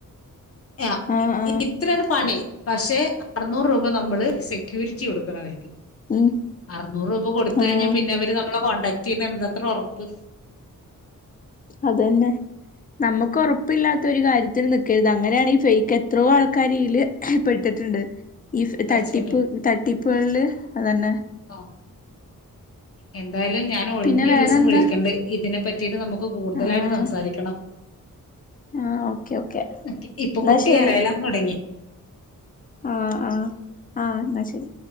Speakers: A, on the left; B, on the left.
A: ആ
B: ആഹ് ആഹ്
A: ഇത്രയാണ് പണി പക്ഷെ അറുനൂറ് രൂപ നമ്മള് സ സെക്യൂരിറ്റി കൊടുക്കണം അവർക്ക്
B: ഉം
A: അറുന്നൂറ് രൂപ കൊടുത്ത്
B: ആഹ്
A: കഴിഞ്ഞാൽ പിന്നെ അവര് നമ്മളെ കോണ്ടാക്ട് ചെയ്യുമെന്ന് എന്താ അത്ര ഉറപ്പ
B: അതന്നെ നമ്മുക്ക് ഉറപ്പില്ലാ ത്തൊരു കാര്യത്തിന് നിക്കരുത് അങ്ങനെയാണ് ഈ ഫെയ്ക്ക് എത്രോ ആൾകാരീൽ പെട്ടിട്ടുണ്ട്. ഈ
A: തീർച്ചയായിട്ടും
B: തട്ടിപ്പ് തട്ടിപ്പ്കൾല് അതന്നെ.
A: ആ എന്തായാലും ഞാൻ ഒഴിഞ്ഞൊരൂസം
B: പിന്നെ വേറെന്താ
A: വിളിക്കണ്ട്. ഇതിനെ പറ്റീട്ട് നമുക്ക് കൂടുതലായിട്ട്
B: ആഹ്
A: സംസാരിക്കണം.
B: ആഹ് ഓക്കെ ഓക്കെ
A: ക്കെ ഇപ്പൊ
B: എന്നാ
A: കുട്ടി
B: ശരി
A: കരയലാം തൊടങ്ങി.
B: ആഹ് ആഹ് ആഹ് ന്നാ ശരി.